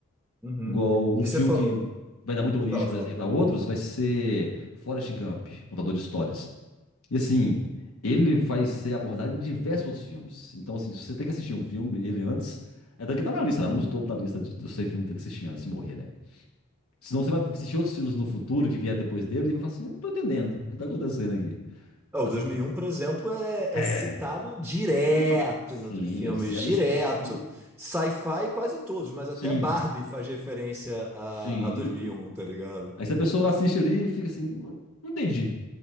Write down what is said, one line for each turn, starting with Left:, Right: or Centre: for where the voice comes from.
Centre: Uhum.
Left: Igual um
Centre: E
Left: filme
Centre: você falou.
Left: que vai dar muita origem,
Centre: Fala,
Left: por
Centre: fala.
Left: exemplo, a outros, vai ser Forrest Gump, contador de histórias. E assim, ele vai ser abordado em diversos outros filmes. Então, assim, você tem que assistir um filme, ele antes. É tanto que tá na lista, lá, nos topo da lista de, dos 100 filmes que tem que assistir antes de morrer, né? Senão você vai assistir outros filmes no futuro que vier depois dele e vai falar assim: eu não tô entendendo o que tá acontecendo aqui.
Centre: É, O
Left: As
Centre: 2001,
Left: referências.
Centre: por exemplo, é,
Left: É.
Centre: é citado direto
Left: Demais. Sim,
Centre: em outros filmes,
Left: a Odisseia
Centre: direto.
Left: do Espaço ali.
Centre: Sci-fi, quase todos, mas
Left: Sim,
Centre: até Barbie faz referência a,
Left: sim.
Centre: a dois mil e um, tá ligado?
Left: Aí se a pessoa assiste ali e fica assim, não não entendi.